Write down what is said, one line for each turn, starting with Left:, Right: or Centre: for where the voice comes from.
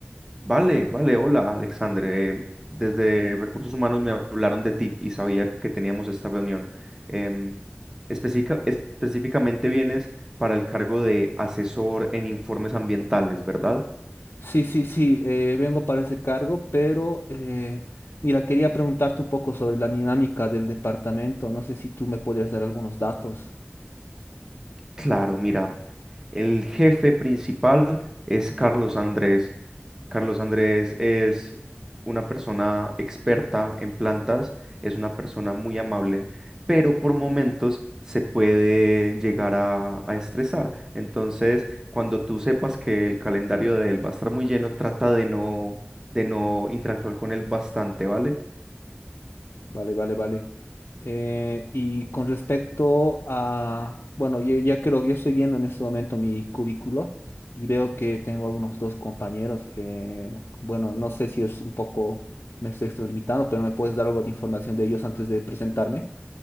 Right: Vale, vale, hola Alexander. Em, Desde Recursos Humanos me hablaron de ti y sabía que teníamos esta reunión. Em, específica- específicamente vienes para el cargo de asesor en informes ambientales, ¿verdad?
Left: Sí, sí, sí, eh, vengo para ese cargo, pero eh, mira, quería preguntarte un poco sobre la dinámica del departamento. No sé si tú me podrías dar algunos datos.
Right: Claro, mira, el jefe principal es Carlos Andrés. Carlos Andrés es una persona experta en plantas, es una persona muy amable, pero por momentos se puede llegar a, a estresar. Entonces, cuando tú sepas que el calendario de él va a estar muy lleno, trata de no, de no interactuar con él bastante, ¿vale?
Left: Vale, vale, vale. Eh, y con respecto a, bueno, yo ya creo, yo estoy viendo en este momento mi cubículo y veo que tengo algunos dos compañeros. eh, bueno, no sé si es un poco, me estoy extralimitando, pero me puedes dar algo de información de ellos antes de presentarme.